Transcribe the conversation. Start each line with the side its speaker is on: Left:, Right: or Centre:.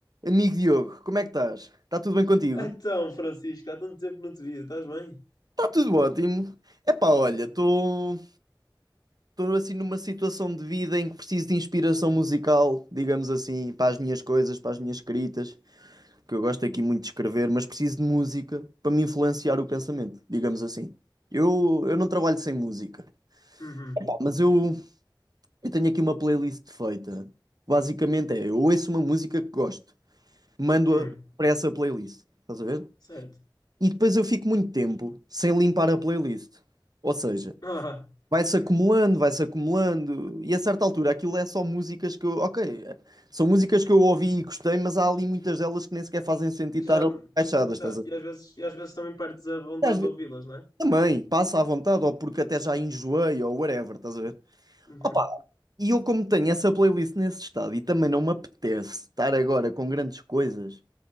Right: Amigo Diogo, como é que estás? Está tudo bem contigo?
Left: Então, Francisco, há tanto tempo que não te via, estás bem?
Right: Está tudo ótimo. Epá, olha, estou estou assim numa situação de vida em que preciso de inspiração musical, digamos assim, para as minhas coisas, para as minhas escritas, que eu gosto aqui muito de escrever, mas preciso de música para me influenciar o pensamento, digamos assim. Eu, eu não trabalho sem música,
Left: Uhum.
Right: Pá, mas eu, eu tenho aqui uma playlist feita. Basicamente é, eu ouço uma música que gosto, mando-a
Left: Hum.
Right: para essa playlist, estás a ver?
Left: Certo.
Right: E depois eu fico muito tempo sem limpar a playlist. Ou seja,
Left: Ah,
Right: vai-se acumulando, vai-se acumulando, e a certa altura aquilo é só músicas que eu. Ok, é- são músicas que eu ouvi e gostei, mas há ali muitas delas que nem sequer fazem sentido
Left: que
Right: estar
Left: já.
Right: ali encaixadas,
Left: Exato.
Right: estás a ver?
Left: E às vezes, e às vezes também perdes a vontade
Right: E às vezes
Left: de ouvi-las, não é?
Right: também, passa à vontade, ou porque até já enjoei, ou whatever, estás a ver?
Left: Uhum.
Right: Opa, e eu como tenho essa playlist nesse estado e também não me apetece estar agora com grandes coisas.